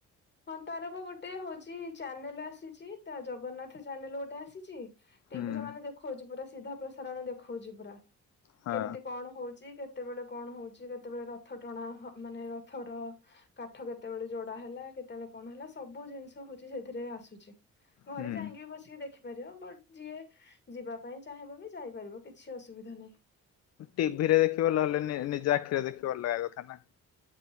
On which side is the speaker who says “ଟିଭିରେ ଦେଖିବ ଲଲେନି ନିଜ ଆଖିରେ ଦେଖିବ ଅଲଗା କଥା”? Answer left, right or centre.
Left